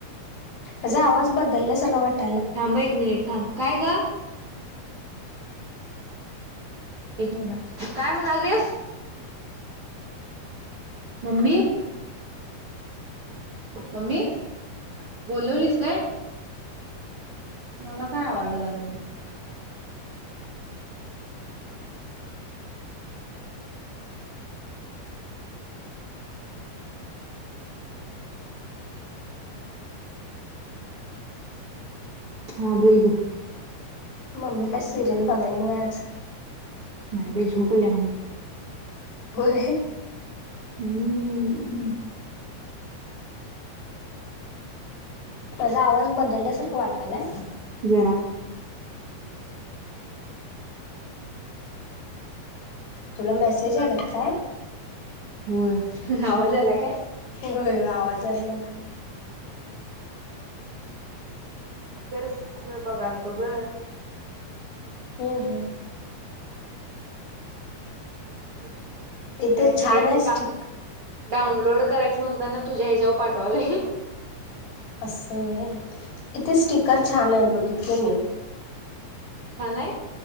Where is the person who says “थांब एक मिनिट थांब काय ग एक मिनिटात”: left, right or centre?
Right